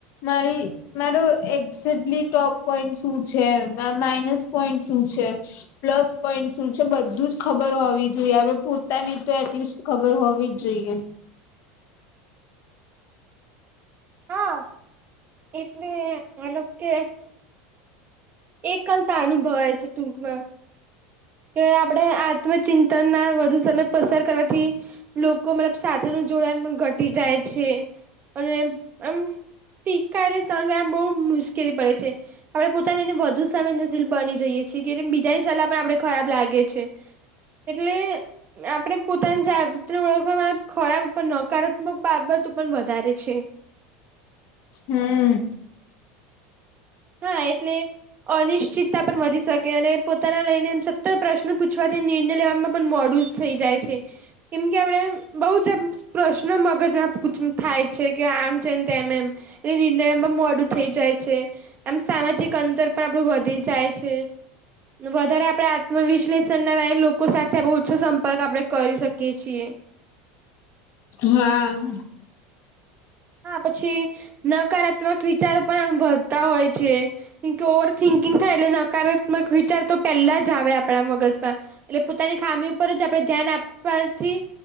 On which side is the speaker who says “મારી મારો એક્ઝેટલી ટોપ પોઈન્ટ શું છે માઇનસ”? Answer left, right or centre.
Left